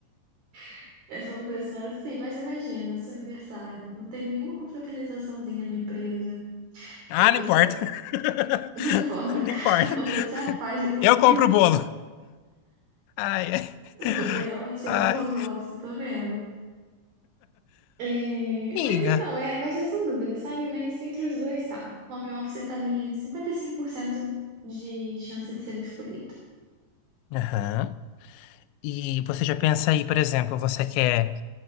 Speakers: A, on the right; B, on the left.
A: <laughs> pensando por esse lado, sim, mas imagina, seu aniversário, não tem nenhuma confraternizaçãozinha na empresa,
B: Ah,
A: o pessoal,
B: não importa. <laughs>
A: <laughs> não importa,
B: Não
A: né?
B: importa.
A: <laughs> O importante é a paz de todos
B: Eu compro
A: os dias.
B: o bolo. Ai, ai.
A: Você realmente
B: Ai,
A: ama o home office, eu tô vendo. É,
B: amiga.
A: mas então, é, bate essa dúvida, sabe? Mas entre os dois tá. O home office tá ali em 55% de chance de ser o escolhido.
B: Aham. E você já pensa aí, por exemplo, você quer.